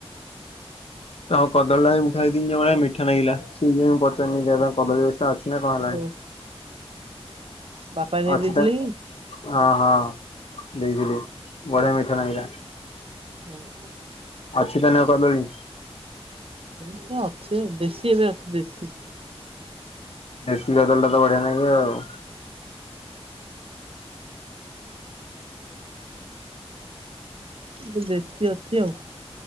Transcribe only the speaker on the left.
ତମ କଦଳୀ ଟା ମୁଁ ଖାଇଦେନି ଭଳିଆ ମିଠା ନାଗିଲା ସେଇଥିପାଇଁ ପଚାରନି ଯେ ଏବେ ଆଉ କଦଳୀ ଗଛଟା ଅଛ ଅଛି ନା କଣ ହେଲାଣି
ଅଛି
ତ ଅ ହଁ ଦେଇଥିଲି ବଢି଼ଆ ମିଠା ନାଗିଲା
ଅଛି ତା ନେ କଦଳୀ
ଦେଶୀ କଦଳି ଟା ତ ବଢି଼ଆ ନାଗେ ଆଉ